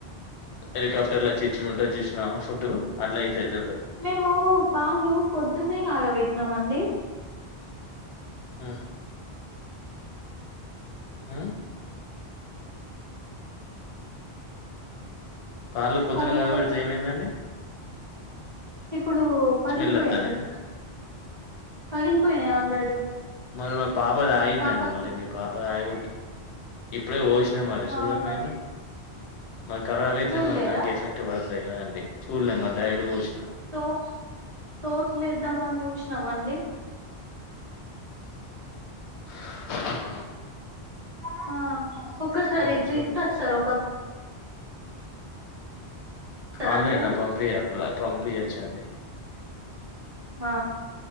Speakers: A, on the left; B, on the right.
A: హెలికాప్టర్లా వచ్చి ఇచుడుంటా చూసినా ఫుడ్ అట్లా అయితే దొరు
B: మేము పాలు పొద్దు కాగా పెట్టినామండి
A: ఆ ఉ పాలు పొద్దున
B: పగిలిపోయినాయి
A: కాగా పెడితే ఏమైందండి
B: ఇప్పుడు పగిలిపోయినాయి
A: స్మెల్ వస్తాన్నాయ
B: పగిలిపోయినాయి ఆల్రెడీ
A: ఉ మరి మా పాప తాగిందండి
B: పాపకి
A: మరి మీ పాప తాగి ఉంటా ఇప్పుడే పోసి మరి చూడపోయిండ్రు
B: అవునా
A: మరి కరాబ్ అయితే
B: చూడలేరా
A: మరి దనికి ఎఫెక్ట్ పడు అంతే కాదండి చూలేమంట సైడు పోసిన
B: తోస్ తోసులుద్దామని చూసినామండి
A: ఆ
B: హా ఒక్కసారి
A: ఏమో
B: పిసుకొస్తారు
A: చూడు
B: ఒక ఇస్తారా
A: ఆన్లైన్
B: అండి మరి
A: పంపియ్య అట్లా పంపియచ్చ అండి
B: ఆ